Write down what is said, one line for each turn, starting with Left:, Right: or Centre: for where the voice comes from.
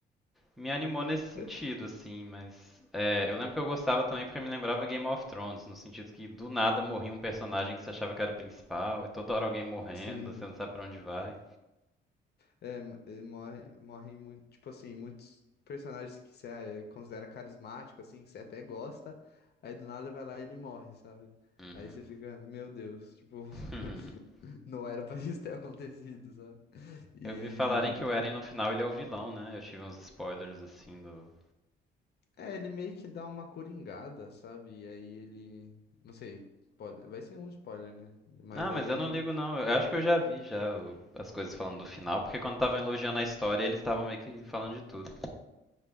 Centre: Me animou nesse sentido,
Left: é,
Centre: assim, mas é, eu lembro que eu gostava também porque me lembrava Game of Thrones, no sentido que do nada morria um personagem que você achava que era o principal, e toda hora alguém morrendo,
Left: sim.
Centre: você não sabe pra onde vai.
Left: É, m- eh, morre, morrem muito, tipo assim, muitos personagens que você é, considera carismático, assim, que você até gosta, aí do nada vai lá e ele morre, sabe?
Centre: Uhum.
Left: Aí você fica, meu Deus, tipo,
Centre: <laughs>
Left: <laughs> não era pra isso ter acontecido, sabe? E
Centre: Eu vi falarem que o Eren no final ele é o vilão, né? Eu tive uns spoilers assim do.
Left: é, ele meio que dá uma coringada, sabe? E aí ele, não sei, pode, vai ser um spoiler, né? Mas
Centre: Ah,
Left: aí
Centre: mas
Left: ele
Centre: eu não ligo não. Eu acho que eu já vi já o- as coisas falando do final, porque quando estavam elogiando a história, eles estavam meio que falando de tudo.